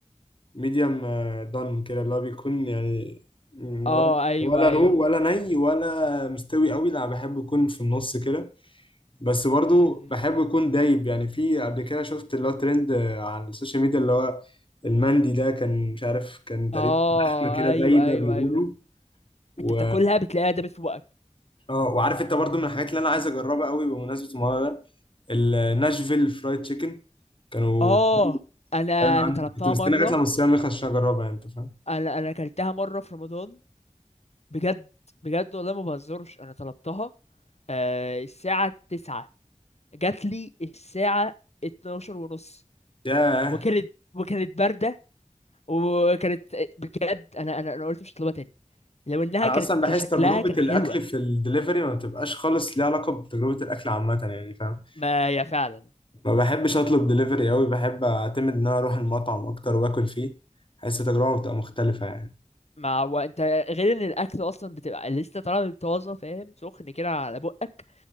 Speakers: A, on the left (about 40°); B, on the left (about 55°).
A: ميديوم دان كده اللي هو بيكون يعني
B: اه
A: ولا
B: ايوه
A: ولا
B: ايوه
A: رو ولا ني ولا مستوي قوي لا بحب يكون في النص كده بس برضو
B: امم
A: بحب يكون دايب يعني في قبل كده شفت اللي هو ترند على السوشيال ميديا اللي هو المندي ده كان مش عارف كان تقريبا
B: اه
A: لحمه كده
B: ايوه
A: دايبه
B: ايوه
A: بيقولوا
B: ايوه
A: و
B: انت بتاكلها بتلاقيها دابت في بقك
A: اه وعارف انت برضو من الحاجات اللي انا عايز اجربها قوي بمناسبه الموضوع ده الناشفيل فرايد تشيكن كانوا
B: اه انا
A: بيتكلموا
B: انا
A: عنها
B: طلبتها
A: كنت مستني
B: مره
A: لغايه لما الصيام يخلص عشان اجربها يعني، انت فاهم
B: انا انا اكلتها مره في رمضان بجد بجد والله ما بهزرش انا طلبتها آه الساعه 9 جات لي الساعه 12 ونص
A: ياه
B: وكانت وكانت بارده وكانت بجد انا انا انا قلت مش هطلبها تاني لو انها
A: انا
B: كانت
A: اصلا بحس
B: كشكلها
A: تجربه
B: كان
A: الاكل
B: حلوه
A: في الدليفري ما بتبقاش خالص ليها علاقه بتجربه الاكل عامه يعني فاهم
B: ما هي فعلا
A: ما بحبش اطلب دليفري قوي بحب اعتمد ان انا اروح المطعم اكتر واكل فيه حاسس التجربه بتبقى مختلفه يعني
B: ما هو انت غير ان الاكل اصلا بتبقى لسه طالع من طازه فاهم سخن كده على بقك